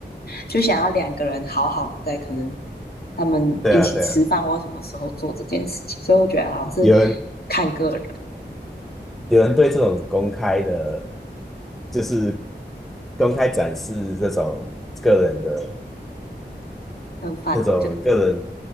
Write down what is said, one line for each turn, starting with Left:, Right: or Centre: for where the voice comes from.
Left: 就想要两个人好好的在可能他们一起吃饭或什么时候做这件事情，
Centre: 对啊，对啊，
Left: 所以我觉得好像是
Centre: 有人
Left: 看个人。
Centre: 有人对这种公开的，就是公开展示这种个人的
Left: 很反，
Centre: 那种个人
Left: 就